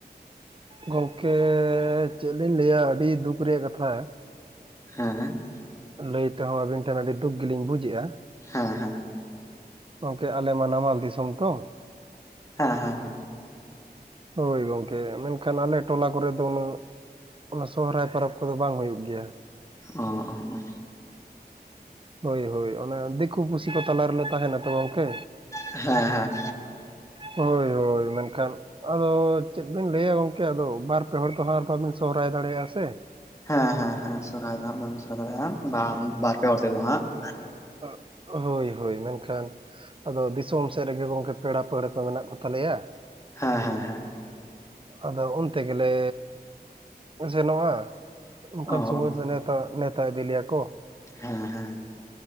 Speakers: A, on the right; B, on the left.
A: ᱜᱚᱝᱠᱮ ᱪᱮᱫ ᱞᱤᱧ ᱞᱟᱹᱭᱟ ᱟᱹᱰᱤ ᱫᱩᱠ ᱨᱮᱭᱟᱜ ᱠᱟᱛᱷᱟ
B: ᱦᱮᱸ
A: ᱞᱟᱹᱭ ᱛᱮᱦᱚᱸ ᱟᱵᱤᱱ ᱴᱷᱮᱱ ᱟᱹᱰᱤ ᱫᱩᱠ ᱜᱮᱞᱤᱧ ᱵᱩᱡᱮᱜᱼᱟ
B: ᱦᱮᱸ ᱦᱮᱸ
A: ᱜᱚᱝᱠᱮ ᱟᱞᱮᱢᱟ ᱱᱟᱢᱟᱞ ᱫᱤᱥᱚᱢ ᱛᱚ
B: ᱦᱮᱸ ᱦᱮᱸ ᱦᱮᱸ
A: ᱦᱳᱭ ᱜᱚᱝᱠᱮ ᱢᱮᱱᱠᱷᱟᱱ ᱟᱞᱮ ᱴᱚᱞᱟ ᱠᱚᱨᱮ ᱫᱚ ᱩᱱᱟᱹᱜ ᱚᱱᱟ ᱥᱚᱦᱚᱨᱟᱭ ᱯᱟᱨᱚᱵᱽ ᱠᱚᱫᱚ ᱵᱟᱝ ᱦᱩᱭᱩᱜ ᱜᱮᱭᱟ
B: ᱚ ᱚ ᱚ
A: ᱦᱳᱭ ᱦᱳᱭ ᱚᱱᱟ ᱫᱤᱠᱩ ᱯᱩᱥᱤ ᱠᱚ ᱛᱟᱞᱟ ᱨᱮᱞᱮ ᱛᱟᱦᱮᱸᱱᱟ ᱛᱚ ᱜᱚᱝᱠᱮ
B: ᱦᱮᱸ ᱦᱮᱸ
A: ᱦᱳᱭ ᱦᱳᱭ ᱢᱮᱱᱠᱷᱟᱱ ᱟᱫᱚ ᱪᱮᱫ ᱵᱤᱱ ᱞᱟᱹᱭᱟ ᱜᱚᱝᱠᱮ ᱟᱫᱚ ᱵᱟᱨ ᱯᱮ ᱦᱚᱲ ᱛᱮᱦᱚᱸ ᱟᱨ ᱵᱟᱵᱤᱱ ᱥᱚᱨᱦᱟᱭ ᱫᱟᱲᱮᱭᱟᱜᱼᱟ ᱥᱮ
B: ᱦᱮᱸ ᱦᱮᱸ ᱦᱮᱸ ᱥᱚᱨᱦᱟᱭ ᱫᱚ ᱦᱟᱸᱜ ᱵᱟᱵᱚᱱ ᱥᱚᱨᱦᱟᱭ ᱫᱟᱲᱮᱭᱟᱜᱼᱟᱢ ᱵᱟᱢ ᱵᱟᱨ ᱯᱮ ᱦᱚᱲ ᱛᱮᱫᱚ ᱦᱟᱸᱜ <unintelligible>
A: <unintelligible> ᱦᱳᱭ ᱦᱳᱭ ᱦᱳᱭ ᱢᱮᱱᱠᱷᱟᱱ ᱟᱫᱚ ᱫᱤᱥᱚᱢ ᱥᱮᱫ ᱨᱮᱜᱮ ᱜᱚᱝᱠᱮ ᱯᱮᱲᱟ ᱯᱟᱺᱲᱦᱟᱹᱠᱚ ᱢᱮᱱᱟᱜ ᱠᱚ ᱛᱟᱞᱮᱭᱟ
B: ᱦᱮᱸ ᱦᱮᱸ ᱦᱮᱸ
A: ᱟᱫᱚ ᱚᱱᱛᱮ ᱜᱮᱞᱮ ᱡᱮᱱᱚᱜᱼᱟ ᱚᱱᱠᱟᱱ
B: ᱚ
A: ᱥᱚᱢᱚᱭ
B: ᱚ
A: ᱨᱮᱫᱚ ᱱᱮᱣᱛᱟ ᱱᱮᱣᱛᱟ ᱤᱫᱤᱞᱮᱭᱟ ᱠᱚ
B: ᱦᱮᱸ ᱦᱮᱸ